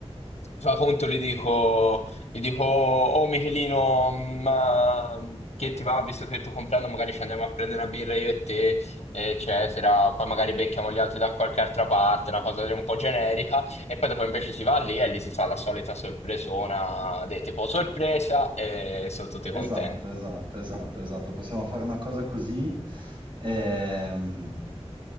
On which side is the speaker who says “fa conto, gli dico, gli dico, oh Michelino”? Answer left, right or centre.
Left